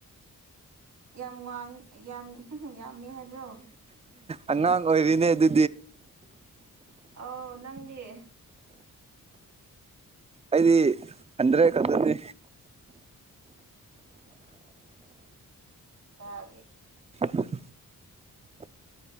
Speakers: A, on the right; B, on the right.
A: ꯌꯥꯝ ꯋꯥꯡ ꯌꯥꯝ ꯌꯥꯝꯃꯦ ꯍꯥꯏꯕ꯭ꯔꯣ
B: ꯑꯉꯥꯡ ꯑꯣꯏꯔꯤꯅꯦ ꯑꯗꯨ
A: ꯑꯥꯎ ꯅꯪꯅꯦ
B: ꯑꯩꯗꯤ ꯍꯟꯗ꯭ꯔꯦ ꯀꯗꯅꯤ
A: ꯑꯗꯤ
B: <inaudible>